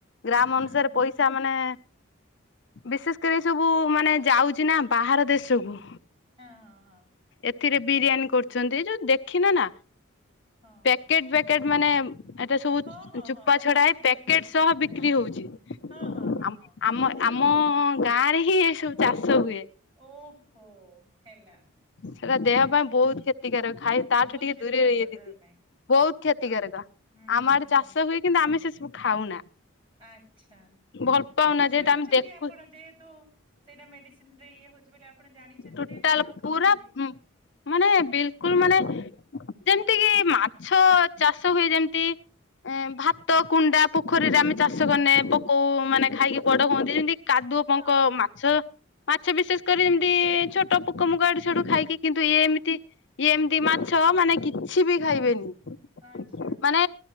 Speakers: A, on the left; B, on the right.
A: ଗ୍ରାମ
B: ହୁଁ
A: ଅନୁସାରେ
B: ହୁଁ
A: ପଇସା ମାନେ ବିଶେଷ କରି ସବୁ ମାନେ ଯାଉଚି ନା ବାହାର ଦେଶକୁୁ
B: ହେଁ ହଁ ହଁ
A: ଏଥିରେ ବିରିୟାନୀ କରୁଚନ୍ତି ଯୋଉ ଦେଖିନ ନା
B: ହଁ।
A: ପ୍ୟାକେଟ ପ୍ୟାକେଟ ମାନେ ଏଟା ସବୁ
B: ହଁ ହଁ
A: ଚୁପା
B: ହଁ ସେ
A: ଛଡା ହେଇ ପ୍ୟାକେଟ
B: କରିକି
A: ସହ
B: ହୁଏ
A: ବିକ୍ରି
B: ହଁ
A: ହଉଚି
B: ହଁ ହଁ ହଁ
A: ଆମ୍
B: ହଁ ହଁ।
A: ଆମ ଆମ ଗାଁ ରେ ହିଁ ଏସବୁ ଚାଷ ହୁଏ।
B: ଓହୋ ହେଲା।
A: ସେଟା ଦେହ ପାଇଁ
B: ବଢିଆ
A: ବହୁତ କ୍ଷତିକାରକ ଖାଇ ତାଠୁ
B: ବହୁତ
A: ଟିକେ
B: କ୍ଷତିକାରିକ
A: ଦୂରେରେ ରହିବେ
B: ଦେହ
A: ଦିଦି।
B: ପାଇଁ
A: ବହୁତ କ୍ଷତିକାରକ
B: ହଁ। ହୁଁ
A: ଆମ
B: ହୁଁ
A: ଆଡେ ଚାଷ
B: ହୁଁ
A: ହୁଏ କିନ୍ତୁ ଆମେ ସେ ସବୁ ଖାଉନା।
B: ଆଚ୍ଛା
A: ଭଲ ପାଉନା
B: ଜାଣିଛନ୍ତି
A: ଯେହେତୁ ଆମେ ଦେଖୁ
B: ଆପଣ ଯେହେତୁ ସେଇଟା ମେଡିସିନ ରେ ଇଏ ହଉଛି ବୋଲି ଆପଣ ଜାଣିଛନ୍ତି
A: ଟୋଟାଲ
B: ଯେତୁ ଆପଣ ଖାଉନାହାନ୍ତି।
A: ପୁରା ମାନେ ବିଲକୁଲ ମାନେ ଯେମିତି କିି ମାଛ ଚାଷ ହୁଏ ଯେମିତି ଭାତ କୁଣ୍ଡା ପୋଖରୀରେ ଆମେ ଚାଷ କନେ ପକଉ ମାନେ ଖାଇକି ବଡ ହୁନ୍ତି ଯେମିତି କାଦୁଅ ପଙ୍କ
B: ହଁ ହଁ।
A: ମାଛ ମାଛ ବିଶେଷ କରି ଏମିତି ଛୋଟ ପୋକ ମୁକ ୟାଡୁ ସ୍ୟାଡୁ ଖାଇକ କିନ୍ତୁ ଇଏ ଏମିତି ଇ ଏମିତି ମାଛ ମାନେ କିଛି ବି ଖାଇବେନି।
B: ଆଚ୍ଛା।
A: ମାନେ